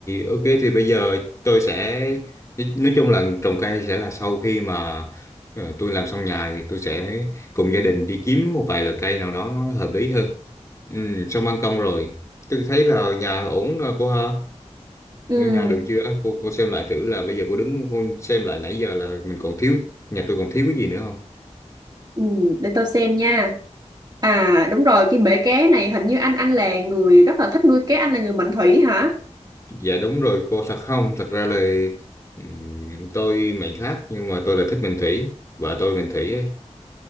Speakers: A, on the left; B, on the right.
A: ok thì bây giờ tôi sẽ nói chung là trồng cây sẽ là sau khi mà ờ, tôi làm xong nhà thì tôi sẽ cùng gia đình đi kiếm một vài loại cây nào đó nó hợp lý hơn ừ, xong ban công rồi tôi thấy là nhà ổn rồi cô ha
B: ừ.
A: Ngân hàng được chưa? Cô cô xem lại thử là bây giờ cô đứng cô xem lại nãy giờ là mình còn thiếu nhà tôi còn thiếu cái gì nữa không?
B: ừ để tôi xem nha à đúng rồi cái bể cá này hình như anh anh là người rất là thích nuôi cá anh là người mệnh thủy hả
A: Dạ đúng rồi cô thật không? Thật ra là ừm, tôi mệnh khác nhưng mà tôi là thích mệnh thủy vợ tôi mệnh thủy ấy.